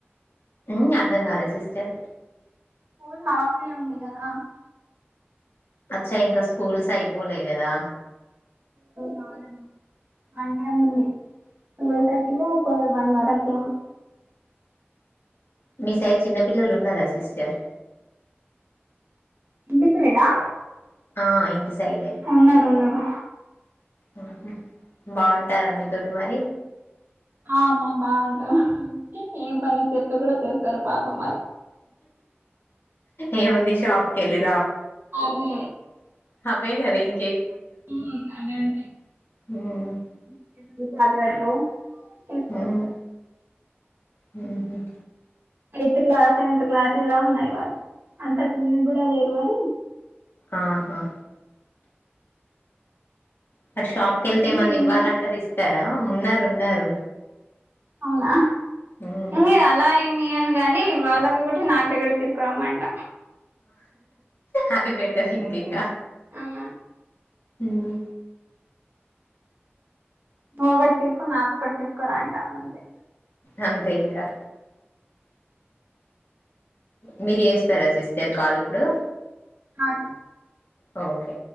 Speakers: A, on the left; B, on the right.
A: మ్ అర్ధం కాలే సిస్టర్
B: స్కూల్ హాఫ్ డే ఉంది కదా
A: చ్చా ఇంకా స్కూల్స్ అయిపోలే కదా
B: కాలే వన్ టైం ఉంది ట్వల్ థర్టీకొ వన్ ఫైవ్ వర్క ఏమో
A: మీ సైడ్ చిన్న పిల్లలు ఉన్నారా సిస్టర్
B: ఇంటి సైడా
A: ఆ ఇంటి సైడే
B: ఉన్నారు ఉన్నారు
A: మ్మ్ హ్మ్ బావుంటారా మీతోటి మరి
B: ఆమా బాగుంటామ్ ఏం పని చెప్తే కూడా చేస్ సరూ పాపం వాల్
A: ఏం ఉంది షాప్ కెల్లి
B: అదే
A: అవే గద ఇం
B: మ్మ్ అన్ని ఉంటాయి
A: ఉమ్
B: బిస్కెట్లు చాక్లెట్లు తీసుకొస్తారు
A: ఉమ్ మ్మ్ హ్మ్
B: ఎయిత్ క్లాస్ సెవెన్త్ క్లాస్ ఇలా ఉన్నాయి వాళ్ళు అంత చిన్నగ్గూడా లేరు గాని
A: ఆహా మరి షాప్ కెళ్తేమన్న
B: పైసలు ఉన్నాయా
A: ఇవ్వాలంటే ర ఇస్తార్ తా ఉన్నారు ఉన్నారు
B: అవునా
A: ఉమ్
B: ఏ అలా ఏం మీ అని గాని వాళ్ళక ఒకటి నాకెక్కడకి తీసుకురమ్మంట
A: అది బెటర్ లెండి ఇంకా
B: అవున
A: మ్మ్
B: నువొక్కటి తీస్కో నాకొక్కటి తీస్కరా అంటా అంతే
A: అంతే ఇంకా మీర్ జేస్తరా సిస్టర్ కాల్ ఇప్పుడు
B: అదే
A: అ ఓకే